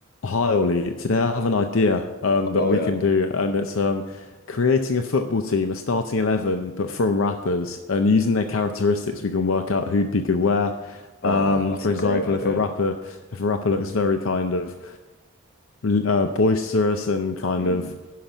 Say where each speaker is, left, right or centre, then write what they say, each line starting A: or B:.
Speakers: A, on the left; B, on the left.
A: Hi Ollie, today I have an idea um, that
B: Oh
A: we
B: yeah.
A: can do, and it's um, creating a football team, a starting 11, but from rappers, and using their characteristics, we can work out who'd be good where.
B: Oh,
A: Um,
B: that's
A: for
B: a
A: example,
B: great idea.
A: if a rapper, if a rapper looks very kind of uh, boisterous and kind
B: Mm,
A: of